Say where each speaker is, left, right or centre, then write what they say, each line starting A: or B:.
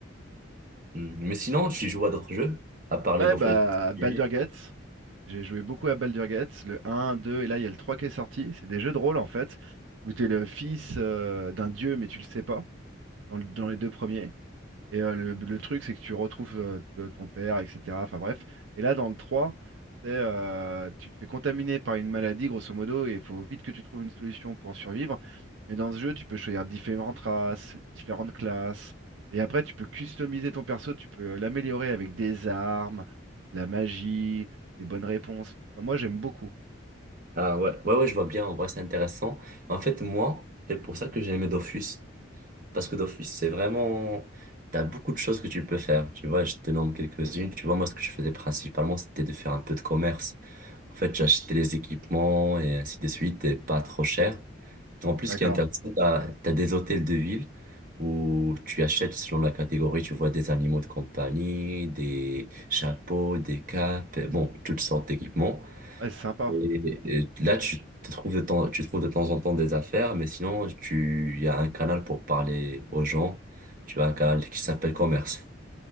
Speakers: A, on the right; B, on the right.
A: Hmm. Mais sinon, tu joues à d'autres jeux, à part League
B: Ouais,
A: of
B: bah,
A: Legends.
B: Baldur's Gate, j'ai joué beaucoup à Baldur's Gate, le un, 2 et là, il y a le 3 qui est sorti. C'est des jeux de rôle, en fait, où t'es le fils euh, d'un dieu, mais tu le sais pas, dans, le- dans les deux premiers. Et euh, le, le truc, c'est que tu retrouves euh, t- ton père, etc. Enfin bref. Et là, dans le 3, c'est euh, tu te fais contaminer par une maladie, grosso modo, et il faut vite que tu trouves une solution pour survivre. Mais dans ce jeu, tu peux choisir différentes races, différentes classes. Et après, tu peux customiser ton perso, tu peux l'améliorer avec des armes, de la magie, des bonnes réponses. Enfin, moi, j'aime beaucoup.
A: Ah ouais, ouais, ouais, je vois bien, en vrai, c'est intéressant. En fait, moi, c'est pour ça que j'ai aimé Dofus. Parce que Dofus, c'est vraiment... T'as beaucoup de choses que tu peux faire. Tu vois, je te nomme quelques-unes. Tu vois, moi, ce que je faisais principalement, c'était de faire un peu de commerce. En fait, j'achetais les équipements et ainsi de suite, et pas trop cher. En plus,
B: D'accord.
A: ce qui est intéressant, t'as, t'as des hôtels de ville où tu achètes selon la catégorie, tu vois des animaux de compagnie, des chapeaux, des capes, bon, toutes sortes d'équipements.
B: Ouais, c'est sympa.
A: Et, et là, tu te trouves de temps, tu trouves de temps en temps des affaires, mais sinon, tu, il y a un canal pour parler aux gens. Tu as un canal qui s'appelle commerce.